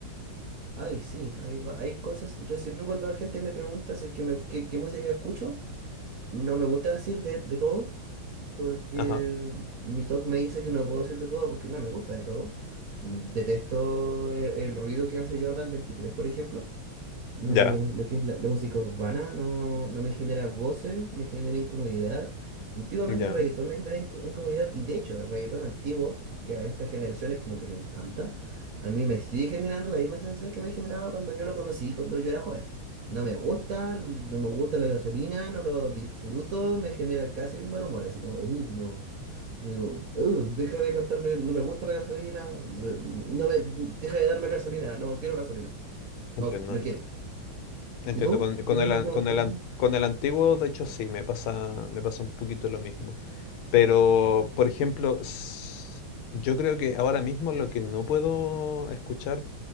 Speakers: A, on the right; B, on the left.
A: Ay, sí, hay, va- hay cosas. Yo siempre cuando la gente me pregunta si es que me, qué, qué música escucho. No me gusta decir de, de todo, porque
B: Ajá,
A: mi TOC me dice que no puedo decir de todo porque no me gusta de todo. Mm, Detesto e- el, ruido que hace Jordan 23, por ejemplo. No,
B: ya,
A: lo que es la, la música urbana no, no me genera goce, me genera incomodidad. Antiguamente
B: ya,
A: el reggaetón me generaba inco- incomodidad y de hecho el reggaetón antiguo, que a estas generaciones como que les encanta, a mí me sigue generando la misma sensación que me generaba cuando yo lo conocí, cuando yo era joven. No me gusta, no me gusta la gasolina, no lo disfruto, me genera casi un mal humor, así como, "Ugh, no, digo, "Ugh, deja de cantarme, no me gusta la gasolina, eh, no me, deja de darme gasolina, no quiero gasolina,
B: entiendo.
A: no, no quiero.
B: Entiendo,
A: ¿Y tú?
B: con, con
A: ¿Tienes
B: el,
A: algún,
B: an- con el,
A: algún?
B: an- con el antiguo, de hecho, sí, me pasa, me pasa un poquito lo mismo. Pero, por ejemplo, s- yo creo que ahora mismo lo que no puedo escuchar